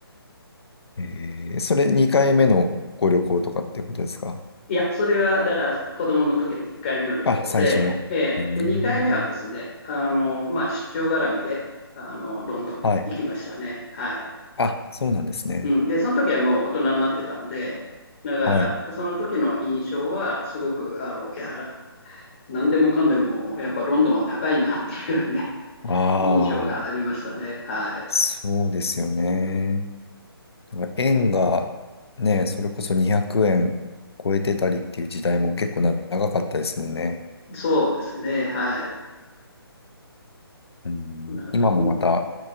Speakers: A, on the left (about 85°); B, on the left (about 30°).
A: えー、それ2回目のご旅行とかってことですか
B: いや、それはだから子供の時の1回目の旅行で、
A: あ、最初の。
B: えーで、
A: うーん。
B: 2回目はですね、あの、まあ、出張絡みで、あの、ロンドンに行きましたね。
A: はい。
B: はい。
A: あ、そうなんですね。
B: うん。で、その時はもう大人になってたんで、だから、
A: はい。
B: その時の印象は、すごく、あの、いや、なんでもかんでも、やっぱロンドンは高いなっていうね、
A: ああ、
B: <laughs> 印象がありましたね。はい。
A: そうですよね。だから円がね、それこそ200円超えてたりっていう時代も結構長かったですもんね。
B: そうですね。はい。
A: うん、
B: なるほど
A: 今もまた